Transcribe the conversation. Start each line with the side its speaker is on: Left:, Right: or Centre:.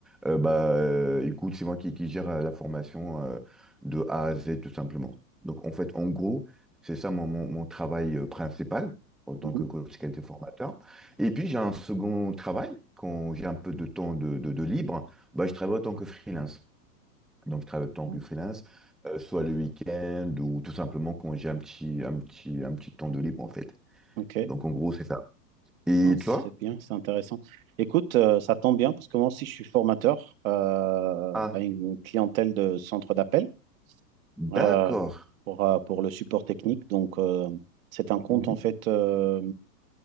Centre: euh, bah, euh, écoute, c'est moi qui, qui gère euh, la formation euh, de A à Z, tout simplement. Donc, en fait, en gros, c'est ça mon, mon- mon travail euh, principal en tant
Right: mhm,
Centre: que coach qualité formateur. Et puis, j'ai un second travail, quand j'ai un peu de temps de, de- de libre, bah, je travaille en tant que freelance. Donc, je travaille autant
Right: mhm,
Centre: que freelance, euh, soit le week-end ou tout simplement quand j'ai un petit, un petit, un petit temps de libre, en fait.
Right: ok.
Centre: Donc, en gros, c'est ça. Et
Right: Non, c'est
Centre: toi?
Right: bien, c'est intéressant. Écoute, euh, ça tombe bien parce que moi aussi, je suis formateur euh,
Centre: Ah,
Right: à une clientèle de centre d'appel euh,
Centre: d'accord.
Right: pour, euh, pour le support technique. Donc, euh, c'est un compte
Centre: Mhm.
Right: en fait euh,